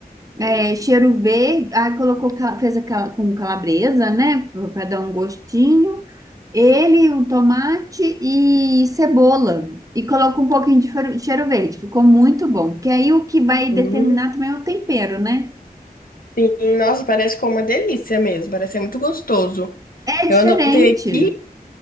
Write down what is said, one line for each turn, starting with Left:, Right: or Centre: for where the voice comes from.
Right: é, cheiro verde. Aí colocou, ca- fez aquela com calabresa, né? Para dar um gostinho. Ele, o tomate e cebola. E coloca um pouquinho de fer- cheiro verde. Ficou muito bom. Porque aí o que vai
Left: hum,
Right: determinar também é o tempero, né?
Left: sim. Nossa, parece que é uma delícia mesmo, parece ser muito gostoso.
Right: É diferente.
Left: Eu anotei aqui,